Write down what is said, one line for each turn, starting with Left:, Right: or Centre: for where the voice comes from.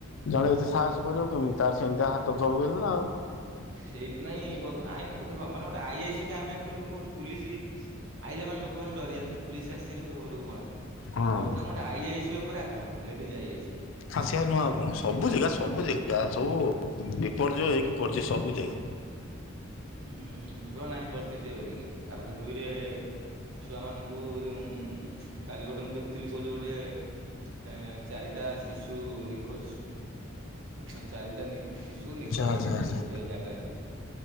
Left: ଜଣେ ଏତେ ସାହସ କରିବ କେମିତି ତାର ସେମିତିଆ ହାତ ଥବବୋଲି ନା ଆଉ।
Right: ସେଇତି ନାଇଁ ବର୍ତ୍ତମାନ ଆଇନ ଦେଖ ମାନେ ଗୋଟେ ଆଇ ଆଇ ସିକି ଆମେ ଯେତେବେଳେ ଲୋକ ଗୋଟେ ପୁଲିସ ଆଇଲା ମାନେ ଲୋକମାନେ ଡରିଯାନ୍ତି ହେଇ ପୁଲିସ ଆସିଚି ରେ ସବୁ ଘରକୁ ପଳା।
Left: ହଁ
Right: ବର୍ତ୍ତମାନ ଗୋଟେ ଆଇଆଇସି ଉପରେ ଆକ୍ରମଣ ଲେଡିଜ ଆଇଆଇସି ପୁଣି।
Left: ହଁ ସେଇଆ ନୁହେଁ ଆଉ କଣ ସବୁଜାଗା, ସବୁଜାଗା ସବୁ ବିପର୍ଯ୍ୟୟ ହେଇକି ପଡିଛି ସବୁ ଜାଗା।
Right: ହୁଁ ଭଲ ନାହିଁ ପରିସ୍ଥିତି ଏବେ ଟିକେ ତାପରେ ଦୁଇରେ ଛୁଆ ମାନଙ୍କୁ ଯୋଉ କାଲି ଗୋଟେ ମୁଁ ଦେଖୁଥିଲି କଉଠି ଗୋଟେ। ଏ ଚାରିଟା ଶିଶୁ ନିଖୋଜ। ମାନେ ଚାରିଟା ଶିଶୁ ନିଖୋଜ
Left: ଆଚ୍ଛା ଆଚ୍ଛା
Right: ଅଛନ୍ତି
Left: ଆଚ୍ଛା।
Right: ଗୋଟେ ଜାଗାରେ।